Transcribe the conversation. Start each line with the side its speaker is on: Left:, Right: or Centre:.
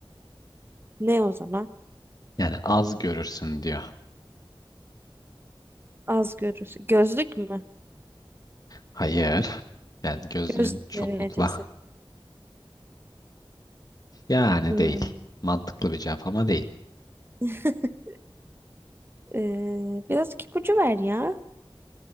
Right: Ne o zaman?
Left: Yani az görürsün diyor.
Right: Az görürsün. Gözlük mü?
Left: Hayır. Yani gözlüğün
Right: Göz
Left: çoklukla.
Right: derecesi.
Left: Yani
Right: Hmm.
Left: değil. Mantıklı bir cevap ama değil.
Right: <laughs> Ee, biraz ipucu ver ya.